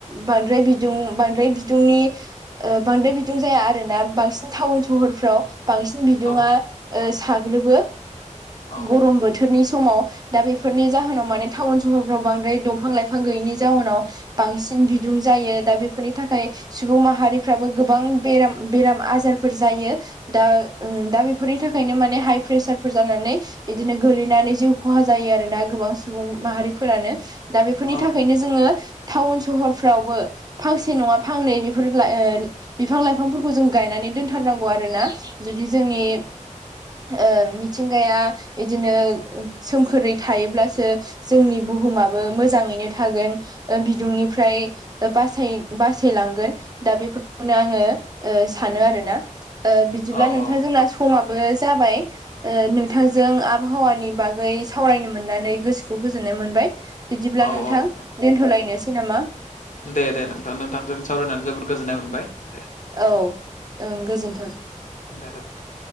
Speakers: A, on the right; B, on the left.
A: बांद्राय बिदि बांद्राय बिदुंनि ओ बांद्राय बिदुं जाया आरोना बांसिन टाउन सहरफ्राव बांसिन बिदुुङा
B: औ
A: ओ साग्लोबो
B: औ
A: गरम बो थोरनि समाव दा बेफोरनि जाहोनाव माने टाउन सहरफ्राव बांद्राय दंफां लाइफां गैयैनि जाहोनाव बांसिन बिदुं जायो दा बेफोरनि थाखाय सुबुं माहारिफ्राबो गोबां बेराम बेराम आजारफोर जायो दा उम दा बेफोरनि थाखायनो माने हाइ प्रेसारफोर जानानै बिदिनो गोलैनानै जिउ खहा जायो आरो ना गोबां सुबुं माहारिफोरानो दा बेफोरनि
B: औ
A: थाखायनो जोङो टाउन सहरफ्रावबो फांसे नङा फांनै बेफोर लाय ओ बिफां लाइफांफोरखौ जों गायनानै दोनथारनांगौ आरो ना जुदि जोंनि ओ मिथिंगाया बिदिनो सोमखोरै थायोब्लासो जोंनि बुहुमाबो मोजाङैनो थागोन ओ बिदुंनिफ्राय बासाय-बासायलांगोन दा बेफोरखौनो आङो ओ सानो आरोना ओ बिदिब्ला
B: औ
A: नोंथां जोंना समाबो जाबाय ओ नोंथांजों आबहावानि बागै सावरायनो मोननानै गोसोखौ गोजोननाय मोनबाय बिदिब्ला
B: औ
A: नोंथां
B: औ औ
A: दोनथ'लायनोसै नामा
B: दे दे नोंथां नोंथांजों सावरायनानै जोबोद गोजोननाय मोनबाय दे
A: औ ओं गोजोन्थों
B: <unintelligible>